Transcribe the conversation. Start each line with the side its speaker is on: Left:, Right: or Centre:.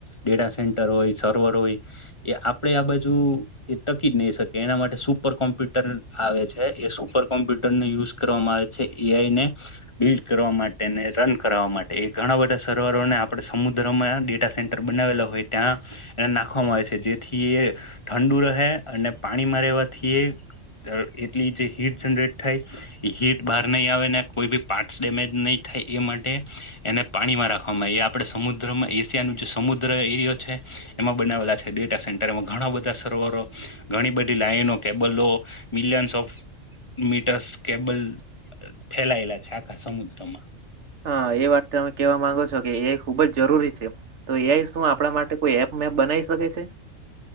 Left: કેડા સેન્ટર હોય સર્વર હોય. એ આપડે આ બાજુ એ ટકી જ નહી શકી એના માટે સુપર કોમ્પ્યુટર આવે. સુપર કોમ્પ્યુટરને યુઝ કરવામાં આવે છે એ આઈ ને બિલ્ડ કરવા માટેને રન કરાવવા માટે એ ઘણા બધા સર્વરોને આપણે સમુદ્રમાં ડેટા સેન્ટર બનાવેલા હોય ત્યાં એને નાખવામાં આવે છે, જેથી એ ઠંડુ રહે, અને પાણીમાં રહેવાથી એ જે હીટ જનરેટ થાય, એ હીટ બહાર નહી આવે ને કોઈ બી પાર્ટ ડેમેજ નહી થાય એ માટે એને પાણીમાં રાખવામાં આવે, એ આપણેે સમુદ્રમાં એશિયાનું જે સમુદ્ર એરિયો છે. એમાં બનાવેલા છે ડેટા સેન્ટર એમાં ઘણા બધા સર્વરો, ઘણી બધી લાઈનો, કેબલો મિલિયન્ ઓફ મીટર્સ કેબલ. ફેલાયેલા છે આખા સમુદ્રમાં.
Right: હા એ વાત તમે કેવા માંગો છો કે એઆ ખુબ જરૂરી છે, તો એ આઇ શું આપણા માટે કોઈ એપ મેપ બનાવી શકે છે?